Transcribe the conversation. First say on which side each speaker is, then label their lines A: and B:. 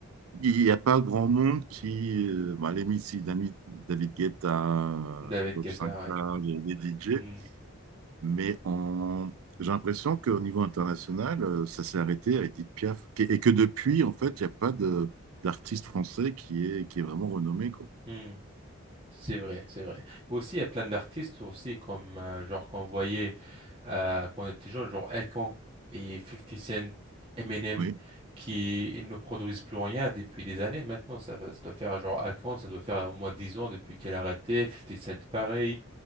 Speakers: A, on the right; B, on the right.
A: il n'y a pas grand monde qui, euh, bon, les Missy, Dami- David Guetta,
B: <laughs> David
A: Bob
B: Guetta,
A: Sinclair,
B: oui.
A: les, les DJ,
B: Hmm,
A: mais en, j'ai l'impression qu'au niveau international, euh, ça s'est arrêté à Édith Piaf, et et que depuis, en fait, il n'y a pas de d'artiste français qui est, qui est vraiment renommé, quoi.
B: hmm. C'est vrai, c'est vrai. Aussi, il y a plein d'artistes aussi, comme euh, genre qu'on voyait euh, quand on était jeune, genre Akon et Fifty Cent, Eminem,
A: Oui.
B: qui ils ne produisent plus rien depuis des années. Maintenant, ça, fait- ça doit faire genre Akon, ça doit faire au moins 10 ans depuis qu'elle a arrêté. Fifty Cent, pareil.